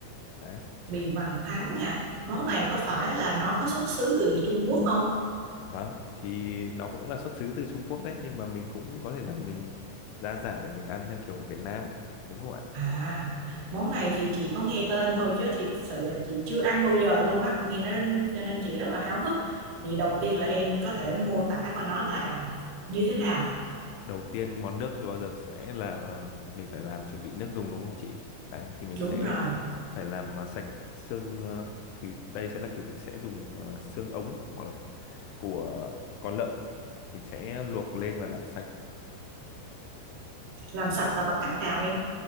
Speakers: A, on the left (about 80°); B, on the right (about 50°).
A: Đấy, chị
B: Mì
A: ạ.
B: vằn thắng nè. Món
A: Vâng,
B: này có phải là nó có xuất xứ từ Trung Quốc không?
A: vâng, thì nó cũng là xuất xứ từ Trung Quốc đấy nhưng mà mình cũng có thể là mình gia giảm để mình ăn theo kiểu Việt Nam đúng không ạ?
B: À, món này thì chị có nghe tên thôi chứ thiệt sự là chị chưa ăn bao giờ luôn á, nghe nó cho nên chị rất là háo hức. Vậy đầu tiên là em có thể mô tả coi nó là như thế nào?
A: đầu tiên món nước thì bao giờ sẽ là ờ, mình phải làm chuẩn bị nước dùng đúng không chị đấy thì mình
B: Đúng
A: sẽ
B: rồi,
A: phải làm ờ, sạch xương ờ, thì đây sẽ là kiểu mình sẽ dùng ờ, xương ống hoặc là của con lợn mình sẽ luộc lên và làm sạch
B: làm sạch là bằng cách nào em?